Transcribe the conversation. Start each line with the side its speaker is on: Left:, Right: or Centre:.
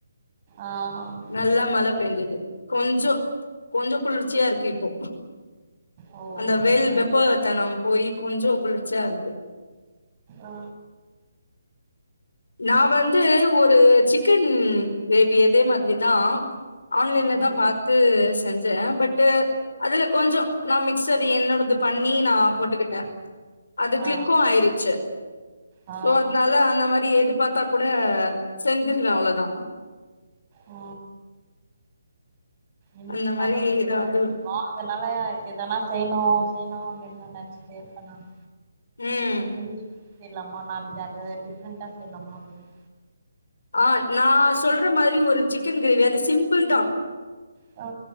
Right: ஆ
Left: நல்லா மழ பெயஞ்சது கொஞ்சோ கொஞ்சோ குளிர்ச்சியா இருக்கு இப்போ
Right: ஓ
Left: அந்த வெல்
Right: சரி
Left: வெப்பத்தனம் போய் கொஞ்சோ குளிர்ச்சியா இருக்கு
Right: ஆ
Left: நா வந்து ஒரு சிக்கன் கிரேவி இதே மாதிரி தா ஆன்லைன்ல தா
Right: ஆ
Left: பாத்து செஞ்சேன் பட்டு அதுல கொஞ்சோ நா மிக்ஸ் அது என்னோடது பண்ணி நா போட்டுக்கிட்டேன் அது
Right: ஆ
Left: க்ளிக்கும் ஆயடுச்சு
Right: ஆ
Left: சோ அதனால அந்த டி எது பாத்தா கூட செஞ்சிருவ அவ்ளதா
Right: ஒ எனக்கு
Left: அந்த
Right: சமைக்கறது
Left: மாரி ஏதாவது
Right: ரொம்ப புடிக்கும் அதனால எதன்னா செய்ணு செய்ணு அப்டின்னு நெனச்சிட்டே இருப்ப நானு
Left: ம்
Right: லிங்கு குத்திர்லாமா நாளைக்கு அத டிஃப்ரெண்டா செய்யலாமா அப்டின்னு
Left: ஆ நா சொல்ற மாறி ஒரு சிக்கன் கிரேவி அது சிம்பிள் தா
Right: ஆ